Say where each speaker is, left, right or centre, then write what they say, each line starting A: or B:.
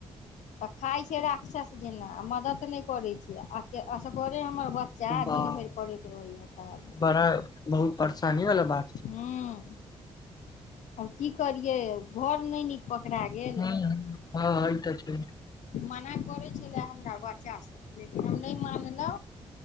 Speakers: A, on the left; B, on the left.
A: तऽ खाय छै राक्षस जेना मदद ने करै छी अके असगरे हमर बच्चा
B: वाह
A: दिन भेर करैत रहैया काज
B: बड़ा बहुत परेशानी वाला बात छै
A: हम्म। आब की करियै घर ने नीक पकड़ा गेल।
B: हूँ हँ ई तऽ छै
A: मना करै छलै हमरा बच्चा सब लेकिन हम ने मानलौ।